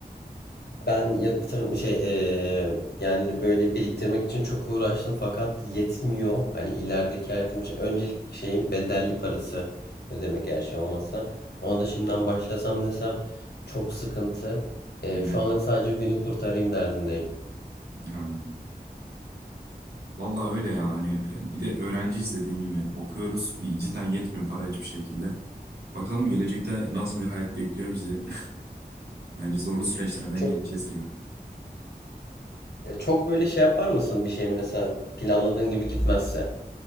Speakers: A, on the left (about 85°); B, on the right (about 80°).
A: ben yatırım şey e, yani böyle biriktirmek için çok uğraştım fakat yetmiyor. Hani ilerideki hayatım için öncelik şeyim bedelli parası ödemek her şey olmazsa. Ona da şimdiden başlasam desem çok sıkıntı. E,
B: Evet.
A: şu anlık sadece günü kurtarayım derdimdeyim.
B: Ha. Vallahi öyle ya. Hani e, bir de öğrenciyiz dediğin gibi okuyoruz. Bir cidden yetmiyor para hiçbir şekilde. Bakalım gelecekte nasıl bir hayat bekliyor bizi. <laughs> Bence zorlu süreçlerden
A: Çok
B: geçeceğiz gibi.
A: e, çok böyle şey yapar mısın bir şey mesela planladığın gibi gitmezse?